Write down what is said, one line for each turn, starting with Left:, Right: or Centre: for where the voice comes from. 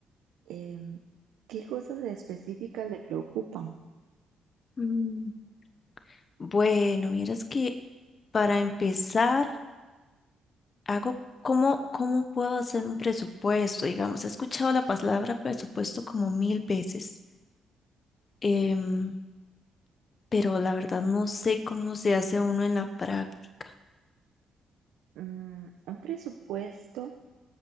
Right: Em, ¿qué cosas específicas le preocupan?
Left: Mm, Bueno, vieras que para empezar, hago cómo, cómo puedo hacer un presupuesto, digamos. He escuchado la palabra presupuesto como mil veces, em, pero la verdad no sé cómo se hace uno en la práctica.
Right: Mm, un presupuesto,